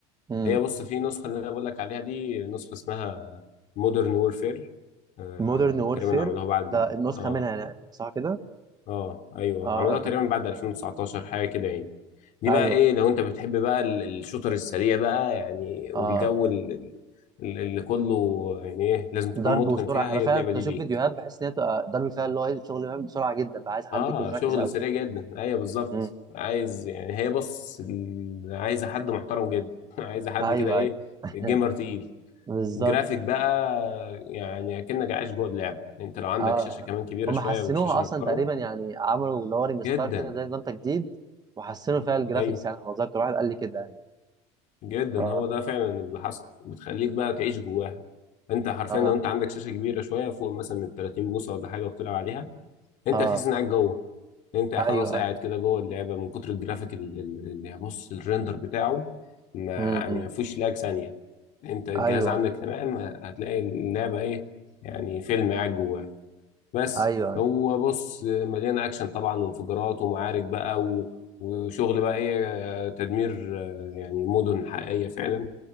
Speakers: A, on the right (about 25°); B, on the left (about 55°).
A: امم
B: هي بص في نسخة اللي انا بقول لك عليها دي نسخة اسمها مودرن وورفير آه
A: مودرن وورفير
B: تقريبا عملوها بعد
A: ده النسخه
B: اه
A: منها يعني صح كده
B: اه ايوه
A: اه
B: عملوها
A: آه، تمام
B: تقريبا بعد 2019 حاجة كده يعني دي
A: ايوه
B: بقى ايه
A: ايوه
B: لو انت بتحب بقى ال- الشوتر السريع بقى يعني
A: اه
B: والجو ال- ال- اللي كله يعني ايه لازم تكون
A: ضرب
B: متقن
A: وسرعه
B: فيها
A: انا
B: هي
A: فعلا
B: اللعبة
A: كنت
B: دي
A: اشوف
B: ليك
A: فيديوهات بحس ان هي بتبقى ضرب فيها اللي هو إيه، الشغل بيعمل بسرعه جدا بقى عايز حد
B: اه
A: يكون مركز
B: شغل
A: قوي
B: سريع جدا ايوه بالظبط
A: امم
B: عايز يعني هي بص ال- عايزة حد محترم جدا <laughs> عايزة حد
A: ايوه
B: كده ايه
A: ايوه <laughs>
B: جيمر تقيل
A: بالظبط
B: الجرافيك بقى يعني اكنك عايش جوه اللعب انت لو عندك
A: اه
B: شاشه كمان كبيره
A: هم
B: شويه
A: حسنوها
B: وشاشه
A: اصلا
B: محترمه
A: تقريبا يعني عملوا اللي هو ريمستار
B: جدا
A: كده زي نظام تجديد وحسنوا فيها الجرافيكس
B: ايوه
A: يعني انا اتذكر واحد قال لي كده يعني
B: جدا
A: ف
B: هو ده فعلا اللي حصل بتخليك بقى تعيش جواها انت حرفيا
A: اه
B: لو انت عندك شاشه كبيره شويه فوق مثلا من 30 بوصه ولا حاجه وبتلعب عليها انت
A: اه
B: تحس انك قاعد جوه انت خلاص
A: ايوه
B: قاعد
A: ايوه
B: كده جوه اللعبه من كتر الجرافيك ال- ال- اللي بص الريندر بتاعه ما يعني
A: امم إمم،
B: ما فيهوش لاج ثانيه انت الجهاز
A: ايوه
B: عندك
A: ايوه
B: تمام هتلاقي اللعبه ايه يعني فيلم قاعد جواها بس
A: ايوه أيوه،
B: هو بص مليان اكشن طبعا وانفجارات ومعارك بقى و... وشغل بقى ايه آه، تدمير آه، يعني مدن حقيقية فعلا